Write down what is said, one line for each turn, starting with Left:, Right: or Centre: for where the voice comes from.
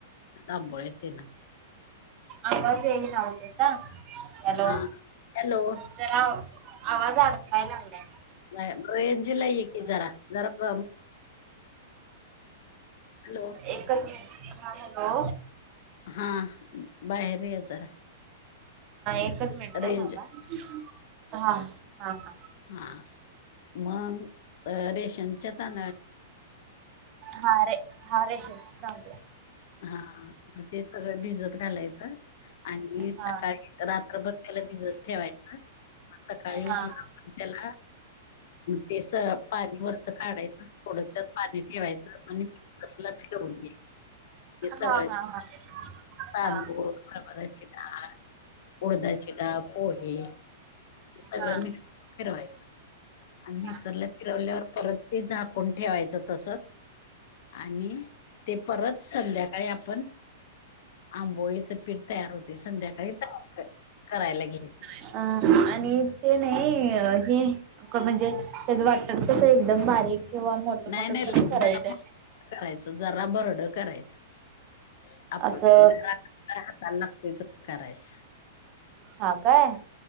Left: तांबोळेते ना <inaudible>
Right: आवाज येई नव्हत हॅलो
Left: हां हॅलो
Right: जरा आवाज अडकाय लागलंय
Left: नाय, रेंज ला एकी जरा, जरप हॅलो
Right: एकच मि हा हॅलो
Left: हा बाहेर ये जरा
Right: एक मिनिटं
Left: रेंज
Right: थांबा हा ह ह
Left: हा मग रेशनच्या तादळ
Right: हा रे हा रेशनच तांदूळ हा
Left: हा ते सगळं भिजत घालायचं आणि
Right: हा
Left: सकाळी रात्रभर त्याला भिजत ठेवायचं मग सकाळी उठून
Right: हा
Left: आपण त्याला त्याला पाणीवरचं काढायचं थोडं त्यात पाणी ठेवायचं आणि <inaudible> फिरवून घेत हे सगळे
Right: हा हा हा
Left: तांदूळ
Right: हा
Left: हरभराची डाळ उडदाची डाळ पोहे सगळं
Right: हा
Left: मिक्स फिरवायच. आणि मिक्सरला
Right: हा
Left: फिरवल्यावर परत ते झाकून ठेवायचं तसंच. आणि ते परत संध्याकाळी आपण आंबोळीचं पीठ तयार होते संध्याकाळी तयार करायला घ्या
Right: अ आणि ते नाही हे क म्हणजे त्याज वाटन कसं एकदम बारीक किंवा मोठं
Left: नाही
Right: मोठं
Left: नाही
Right: कसं
Left: ले-
Right: करायचंय
Left: जरा मोठ करायचं जरा बरड करायचं आप
Right: असं
Left: जरा हाताला लागतोय त करायच
Right: हा काय